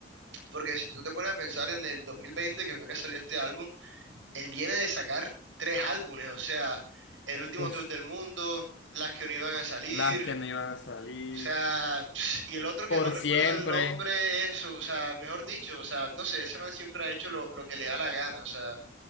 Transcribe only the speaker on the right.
Porque si tú te pones a pensar en el 2020, que fue que salió este álbum, él viene de sacar tres álbumes, o sea, el último
tour del mundo, las que no iban a salir,
o sea, y el otro que
no recuerdo
el nombre, eso, o sea, mejor dicho, o sea, no sé, ese man siempre ha hecho lo, lo que le da la gana, o sea,